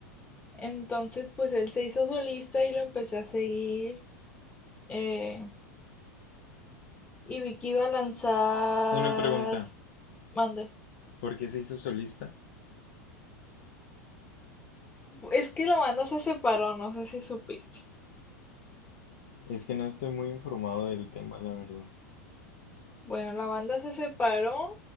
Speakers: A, on the left (about 15°); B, on the left (about 55°).
A: Entonces pues él se hizo solista y lo empecé a seguir. eh, y vi que iba a lanzar
B: Una pregunta,
A: Mande.
B: ¿por qué se hizo solista?
A: Es que la banda se separó, no sé si supiste.
B: Es que no estoy muy informado del tema, la verdad.
A: Bueno, la banda se separó